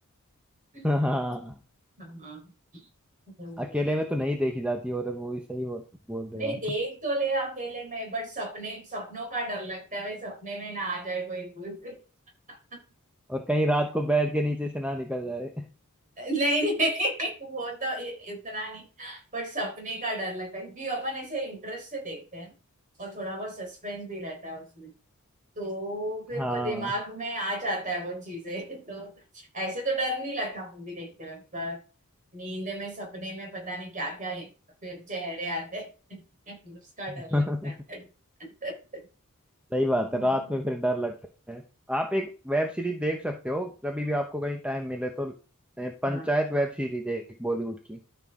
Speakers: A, on the right (about 35°); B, in the centre.
A: <laughs>
B: हाँ हाँ, हाँ।
A: हाँ वो-
B: अकेले में तो नहीं देखी जाती हॉरर मूवी सही बोल बोल रहे
A: नहीं
B: हो आप
A: देख तो ले अकेले में बट सपने सपनों का डर लगता है भाई सपने में ना आ जाए कोई भूत <laughs>
B: और कहीं रात को बेड के नीचे से ना निकल जाए
A: नहीं नहीं <laughs> वो तो इ- इतना नहीं बट सपने का डर लगता है क्योंकि अपन ऐसे इंटरेस्ट से देखते हैं ना और थोड़ा बहुत सस्पेंस भी रहता है उसमें तो
B: <laughs>
A: फिर
B: हाँ
A: वो दिमाग में आ जाता है वो चीजें <laughs> तो ऐसे तो डर नहीं लगता मूवी देखते वक्त पर नींद में सपने में पता नहीं क्या क्या फिर चेहरे आते हैं <laughs> उसका
B: <laughs>
A: डर लगता है <laughs>
B: सही बात
A: हम्म।
B: है रात में फिर डर लगता है आप एक वेब सीरीज देख सकते हो कभी भी आपको कहीं टाइम मिले तो अ, पंचायत
A: हाँ
B: वेब सीरीज है एक बॉलीवुड की